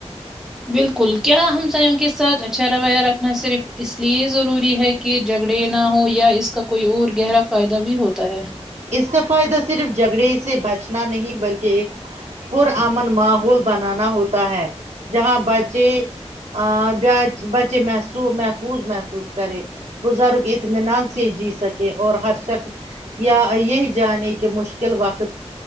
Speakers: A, in the centre; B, on the right.
A: بالکل کیا ہمسایوں کے ساتھ اچھا رویہ رکھنا صرف اس لیے ضروری ہے کہ جھگڑے نہ ہو یا اس کا کوئی اور گہرا فائدہ بھی ہوتا ہے
B: اس کا فائدہ صرف جھگڑے سے بچنا نہیں بلکہ ایک پر امن ماحول بنانا ہوتا ہے جہاں بچے اہ بچ بچے محسو محفوظ محسوس کرے بزرگ اطمینان سے جی سکے اور ہر شخص یا یہ جانے کہ مشکل وقت